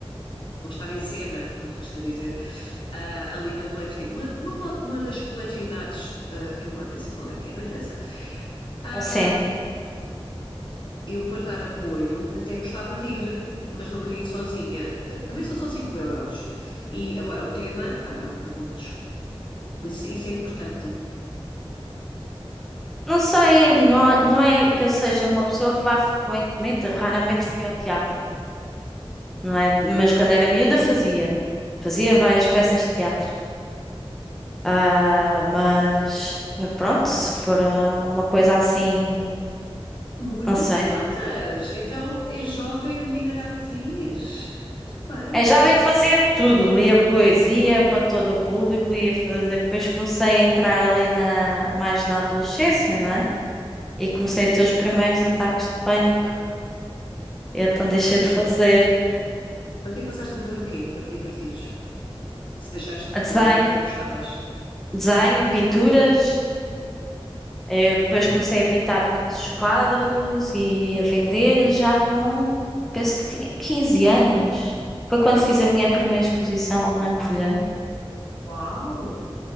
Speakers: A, on the left; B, in the centre.
A: vão estar em cena, como se costuma dizer, uh, ali na coletividade, uma, uma, uma das coletividades uh, que eu agora nem sei qual é que é, não interessa, Uh,
B: sim.
A: eu para dar apoio até gostava de ir, mas não queria ir sozinha. Eh, Também são só 5 euros. E agora o tema, ah, não me perguntes, mas isso, isso é importante?
B: Não sei, não, não é que eu seja uma pessoa que vá frequentemente, raramente fui ao teatro, não é? Mas quando era miúda fazia. Fazia várias peças de teatro. Ah, mas pronto, se for ah, uma coisa assim,
A: Muito
B: não sei.
A: me contas. Então, em jovem, a menina era atriz. Muito bem.
B: Em jovem fazia tudo, lia poesia para todo o público, lia, fa- depois comecei a entrar ali na, mais na adolescência, não é? e comecei a ter os primeiros ataques de pânico. E então
A: Ah,
B: deixei de fazer
A: ontem passaste a fazer o quê para te divertires? Se deixaste de
B: desenho,
A: fazer uma coisa que gostavas?
B: desenho, pinturas.
A: Ah,
B: Eu depois comecei a pintar muitos quadros e a vender já com, penso que tinha 15 anos. Foi quando fiz a minha primeira exposição na Covilhã
A: uau!